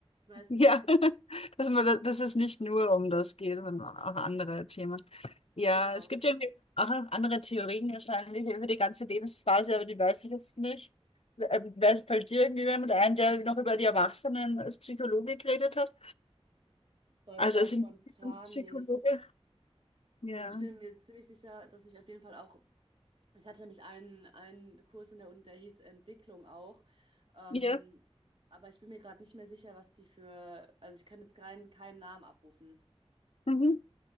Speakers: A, on the right; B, on the left.
A: Ich weiß
B: Ja,
A: nicht,
B: <laughs> dass, man, da- dass es nicht nur um das geht, sondern auch andere Themen. Ja,
A: genau.
B: es gibt ja auch andere Theorien wahrscheinlich über die ganze Lebensphase, aber die weiß ich jetzt nicht. Ähm, wer- Fällt dir irgendwie jemand ein, der noch über die Erwachsenen als Psychologe geredet hat?
A: So jetzt
B: Also
A: gerade
B: als
A: spontan
B: Entwicklungspsychologe?
A: nicht.
B: Ja.
A: Also ich bin mir ziemlich sicher, dass ich auf jeden Fall auch, ich hatte nämlich einen, einen Kurs in der Uni, der hieß Entwicklung auch. Ähm,
B: Ja.
A: aber ich bin mir gerade nicht mehr sicher, was die für, also ich kann jetzt keinen, keinen Namen abrufen.
B: Mhm.